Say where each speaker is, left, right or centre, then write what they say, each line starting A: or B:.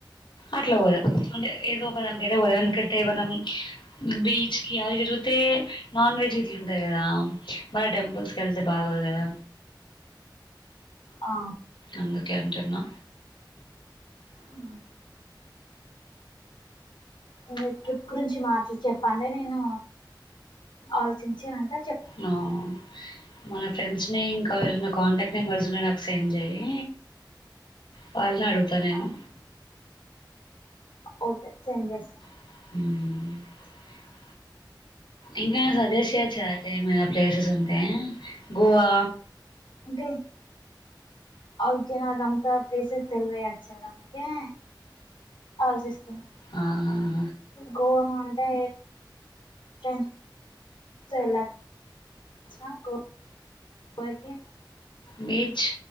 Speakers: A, on the left; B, on the left.
A: అట్లా పోదాం అంటే ఉద ఎందుకంటే మనం బీచ్ కి అది తిరిగితే నాన్ వెజ్ గ ఇట్లుంటాయి కదా మరి టెంపుల్స్ క వెళ్తే బాగోదు కదా
B: ఆ
A: అందుకె అంటూన్నా
B: అ మీ ట్రిప్ గురించి మాటలు చెప్పండి నేను ఆలోచించినక
A: నమన ఫ్రెండ్స్ ని ఇంకావరైనా కాంటాక్ట్ నెంబర్ జున నాకు సెండ్ చెయి పల్నాడుగుతా నేను
B: ఆ, ఓకే సెం చేస్త
A: హమ్ ఇంకా యెద న సజెస్ట్ చేయొచ్చు కదా అతే ఏమైనా ప్లేసెస్ ఉంటే గోవా
B: అంటే అవుకే నాకంత ప్లేసెస్ తెలివ యా చ్యువల్ అందుకే ఆలోచిస్తాను
A: ఆహ
B: గోవా అంటే ఫ్రెండ్స్. తొ వెల్లా వచినవా గొవాకి
A: బీచ్